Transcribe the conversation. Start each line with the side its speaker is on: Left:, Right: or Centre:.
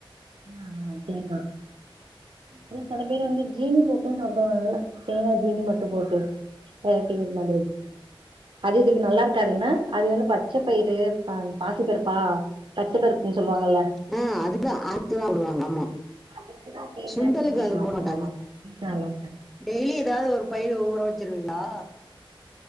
Right: ஆ ஆ தேங்கா ம் சில பேருவந்து ஜீனி போட்டு சாப்டுவாங்கல் தேங்கா ஜீனி மட்டு போட்டு அ டிவி மாதி அது இதுக்கு நல்லா இருக் காதுன்னா அது வந்து பச்ச பயிறு பா பாசிப்பருப்பா பச்சபருப்புன்னு சொல்லுவாங்கல்ல
Centre: ஆ அதுக்கா அதா போடுவாங்க ஆமா
Right: அதுக்குதா தேங்கா
Centre: சுண்டலுக்கு
Right: ஜீனி
Centre: அது
Right: ஆமா
Centre: போட மாட்டாங்க
Right: நல்லா ஈசியா நல்லா இருக்கா
Centre: டெய்லி ஏதாது ஒரு பயிரு ஊற வெச்சிருவீங்களா